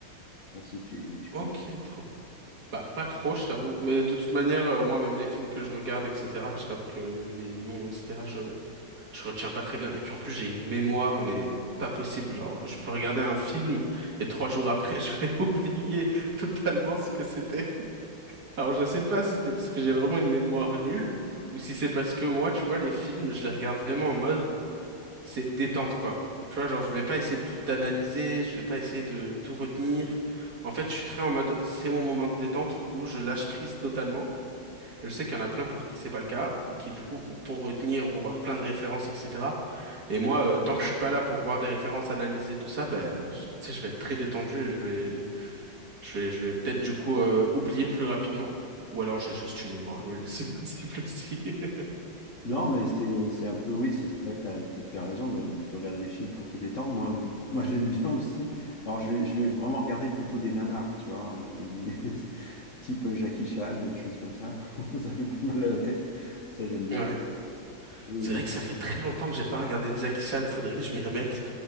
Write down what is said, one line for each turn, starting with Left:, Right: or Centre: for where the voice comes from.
Left: Je sais pas si tu, tu
Right: Ok,
Left: connais.
Right: trop. Bah, pas trop, je t'avoue. Mais de toute manière, euh, moi, même les films que je regarde, etc., je t'avoue que les noms, etc., je, je retiens pas très bien. Et puis en plus, j'ai une mémoire, mais pas possible. Genre, je peux regarder un film et trois jours après, <laughs> je vais oublier totalement ce que c'était. Alors, je sais pas si c'est parce que j'ai vraiment une mémoire nulle ou si c'est parce que moi, tu vois, les films, je les regarde vraiment en mode c'est détente, quoi. Tu vois, genre, je vais pas essayer de tout analyser, je vais pas essayer de tout retenir. En fait, je suis très en mode c'est mon moment de détente où je lâche prise totalement. Je sais qu'il y en a plein pour qui c'est pas le cas et qui, du coup, vont tout retenir, vont voir plein de références, etc. Et moi, euh, tant que je suis pas là pour voir des références, analyser tout ça, ben, je- tu sais, je vais être très détendu et je vais, je vais, je vais peut-être du coup euh, oublier plus rapidement. Ou alors j'ai juste une mémoire nulle, <laughs> c'est possible aussi. <laughs>
Left: Non, mais c'est c'est un peu, oui, c'est vrai que t'as as, raison de, de regarder des films pour te détendre. Moi, <laughs> moi j'aime bien aussi. Alors, je, vais je vais vraiment regarder plutôt des nanars, tu vois, euh, mais- <laughs> type Jackie Chan, des choses comme ça. <laughs> Ça fait pas mal à la tête. Ça, j'aime bien.
Right: Ouais.
Left: Oui,
Right: C'est
Left: bon.
Right: vrai que ça fait très longtemps que j'ai pas regardé Jackie Chan, faudrait que je m'y remette.